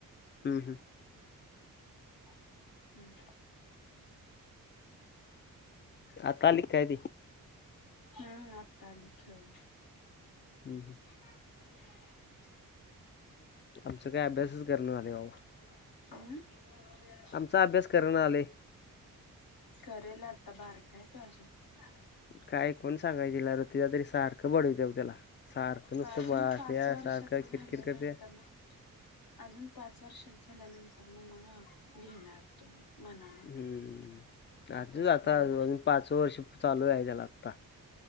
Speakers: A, on the left; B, on the left.
A: हम्म, हम्म.
B: <unintelligible>
A: आता आली काय ती
B: हं, आत्ता आली खेळून.
A: हं हं.
B: <inaudible>
A: आमच काय अभ्यासच करणं झाले बाबा.
B: अं?
A: आमचा अभ्यास करना झालंय.
B: करेल आता, बारकाय तो अजून. <inaudible>
A: काय कोण सांगायचे ला र तिला. तरी सारखं बडवतीव त्याला सारखं. नुसतं
B: तो अजून
A: बडवत्या
B: पाच वर्षाच
A: सारखं
B: झालं
A: किरकिर करत्या
B: नंतर ना अजून पाच वर्षाचा झाल्यानंतर न मग लिहिणार तो. मनानं.
A: हं.
B: अभ्यास
A: आजच आता
B: करणार
A: अजून पाच स वर्ष चालू आहे त्याला आता.